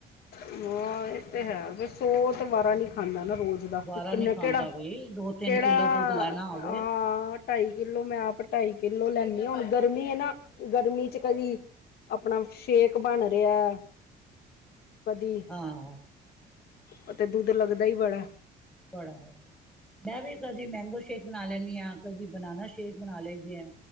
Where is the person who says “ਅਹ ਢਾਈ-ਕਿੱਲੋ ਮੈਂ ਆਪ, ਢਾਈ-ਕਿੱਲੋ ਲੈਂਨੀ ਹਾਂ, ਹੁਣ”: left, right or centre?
Left